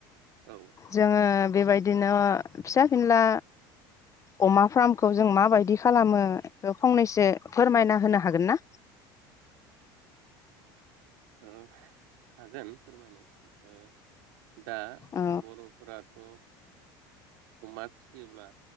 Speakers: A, on the right (about 80°); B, on the left (about 30°).
A: औ ओ
B: जोङो बेबाय दिनो फिसा फिनला अमा फार्मखौ जों माबायदि खालामो बेखो फंनैसो फोरमायना होनो हागोन ना?
A: ओ हागोन फोरमायनो ओ दा
B: औ
A: बरफोराथ ओ अमा फियोब्ला